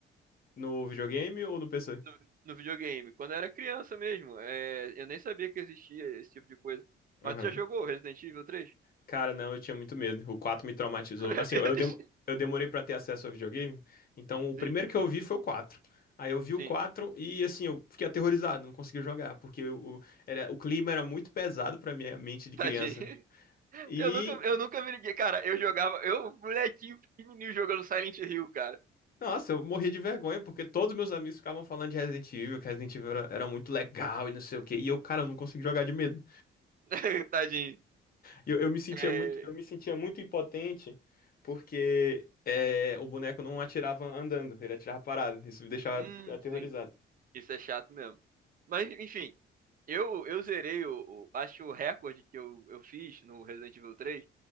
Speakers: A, on the left; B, on the right.
A: No videogame ou no PC?
B: No, no videogame, quando eu era criança mesmo. É, eu nem sabia que existia esse tipo de coisa. Mas
A: Aham.
B: tu já jogou Resident Evil 3?
A: Cara, não, eu tinha muito medo. O 4 me traumatizou.
B: <laughs>
A: Assim,
B: Meu
A: eu,
B: Deus.
A: eu dem- eu demorei pra ter acesso ao videogame. Então, o primeiro
B: Sim,
A: que eu vi foi o 4. Aí eu vi o
B: sim.
A: 4 e, assim, eu fiquei aterrorizado, não consegui jogar, porque o, o- era, o clima era muito pesado pra minha mente de
B: Tadinho.
A: criança. E,
B: Eu nunca, eu nunca me liguei. Cara, eu jogava. Eu, molequinho pequenininho, jogando Silent Hill, cara.
A: nossa, eu morria de vergonha, porque todos meus amigos ficavam falando de Resident Evil, que Resident Evil era, era muito legal e não sei o quê. E eu, cara, eu não consegui jogar de medo.
B: <laughs> Tadinho.
A: Eu, eu me sentia
B: É,
A: muito, eu me sentia muito impotente porque é, o boneco não atirava andando, ele atirava parado. Isso me deixava
B: hum,
A: aterrorizado.
B: sim. Isso é chato mesmo. Mas, enfim, eu, eu zerei o, o- Acho que o recorde que eu, eu fiz no Resident Evil três